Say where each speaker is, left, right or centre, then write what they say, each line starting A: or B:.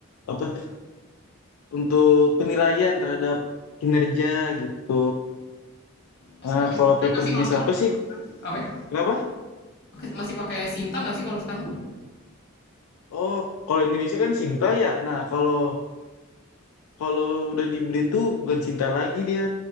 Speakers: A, on the left; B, on the left.
A: apa untuk penilaian terhadap kinerja gitu.
B: masih
A: Nah,
B: pakai
A: kalau
B: Sinta
A: paper
B: nggak sih kalau
A: jenis
B: sekarang?
A: apa sih?
B: Apa ya?
A: Kenapa?
B: Masih pakai Sinta nggak sih kalau sekarang?
A: Oh, kalau Indonesia kan Sinta ya. Nah, kalau kalau udah di BRIN tuh bukan Sinta lagi dia.